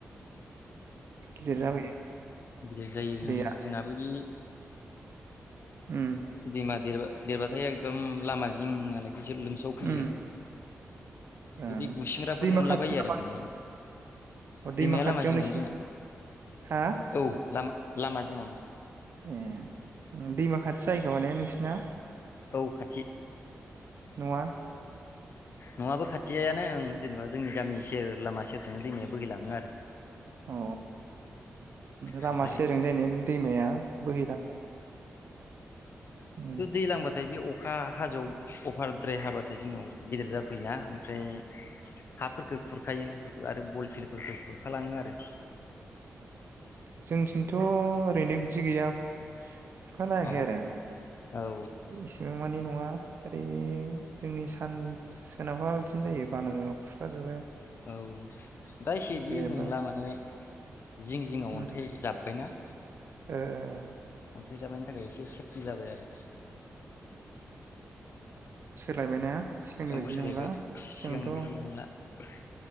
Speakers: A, on the right (about 50°); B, on the left (about 50°).
A: गिदिर जाबाय।
B: गिदिर जायो
A: दैया
B: ओं जोंनाबो बे
A: उम
B: <inaudible> दैमा देरबा देरबाथाय एखदम लामा जिं नालाय। गिदिर लोमसाव फैयो
A: उम
B: बेदि
A: ओ
B: बे गुसिंग्राफोर
A: दैमा
B: मोनलाबायो
A: खाथि नामा
B: आरो हमनानै,
A: अ दैमा
B: दैमाया
A: खाथियाव
B: लामा जिङावनो
A: नोंसिनि
B: जोंना।
A: हा
B: औ लामा लामा जिङावनो।
A: ए दैमा खाथि जायोैखोमा ने नोंसिना?
B: औ खाथि।
A: नङा।
B: नयाबो खाथियायानो जेनेबा जोंनि गामि सेर लामा सेरजोंनो दैमाया बोहैलाङो आरो।
A: अ। लामा
B: ओमफ्राय
A: सेरजों दैमाया बोहैलाङो। उम
B: दैल्जां बाथाय बे अखा अखा हाजोआव अभारद्राय हाबाथाय जोंनियाव गेदेर जाफैयोना ओमफ्राय हाफोरफोरखौ खुरखायो आरो बलफिलफोरखौ खुरखालाङो आरो।
A: जोंनिथिंथ' ओरैनो बिदि गैया। खुरखालायाखै
B: अ
A: आरो
B: औ
A: मानि न‌आ ओरै जोंनि सान सोनाबहा। बिदिनो जायो बाना जाबा खुरखाजोबो।
B: औ दा ‌एसे बिहिर
A: देरबा
B: नोंला माने। जिं जिंङाव
A: उम
B: अन्थाइ जाब्बायना
A: ओ ओ ओ।
B: अन्थाइ जाबनायनि थाखाय एसे सेफ्टि जाबाय आरो।
A: सोलायबायना। सिगांनि
B: औ
A: बायदि
B: सोलायबाय
A: नंला
B: सिगांनि
A: सिगांथ'
B: बादि नंला। फै।